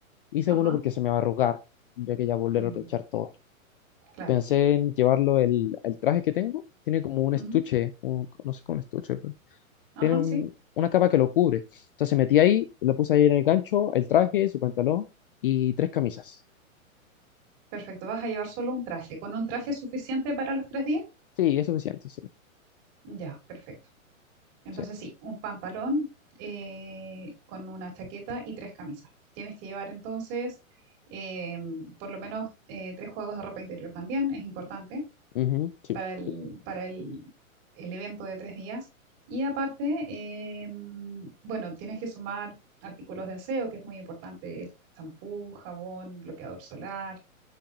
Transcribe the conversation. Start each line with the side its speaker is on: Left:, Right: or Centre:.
Left: Y segundo
Right: ajá,
Left: porque se me va a arrugar. Tendría que ya volver
Right: mm,
Left: a aprovechar todo.
Right: claro.
Left: Pensé en llevarlo el, el traje que tengo. Tiene como un
Right: ujú,
Left: estuche, un- no sé, cómo un estuche.
Right: Ajá,
Left: tiene un-
Right: sí.
Left: una capa que lo cubre. Entonces metí ahí, lo puse ahí en el gancho, el traje, su pantalón y tres camisas.
Right: Perfecto. Vas a llevar solo un traje. ¿Con un traje es suficiente para los tres días?
Left: Sí, es suficiente, sí.
Right: Ya, perfecto. Entonces,
Left: Sí.
Right: sí, un pantalón eh, con una chaqueta y tres camisas. Tienes que llevar entonces eh, por lo menos eh, tres juegos de ropa interior también, es importante.
Left: Ujú, sí,
Right: para el,
Left: sí.
Right: para el, el evento de tres días. Y aparte, eh, bueno, tienes que sumar artículos de aseo, que es muy importante, el champú, jabón, bloqueador solar,